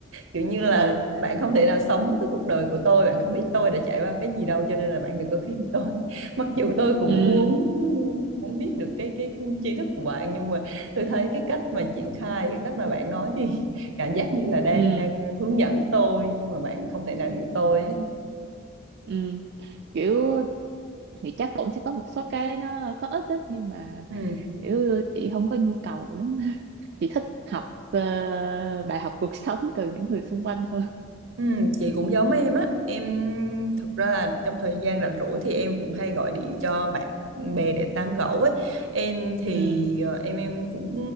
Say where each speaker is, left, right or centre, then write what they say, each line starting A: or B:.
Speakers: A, on the right; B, on the right.
A: Kiểu như là
B: ừ
A: bạn không thể nào sống cái cuộc đời của tôi, bạn không biết tôi đã trải qua cái gì đâu cho nên là bạn đừng có khuyên tôi. <laughs> Mặc dù tôi cũng
B: ừ
A: muốn muốn biết được cái cái tri thức của bạn nhưng mà tôi thấy cái cách mà triển khai, cái cách mà bạn nói thì cảm giác như là đang
B: ừ
A: đang hướng dẫn tôi nhưng mà bạn không thể nào hiểu tôi ấy.
B: ừ kiểu thì chắc cũng sẽ có một số cái nó có ích đó, nhưng mà
A: Ừ.
B: kiểu chị không có nhu cầu lắm <laughs> chị thích học ờ, bài học cuộc <laughs> sống từ những người xung quanh hơn
A: Ừ, chị cũng giống em á em thực ra là trong thời gian rảnh rỗi thì em cũng hay gọi điện cho bạn bè để tán gẫu ấy em thì
B: ừ
A: ờ, em em cũng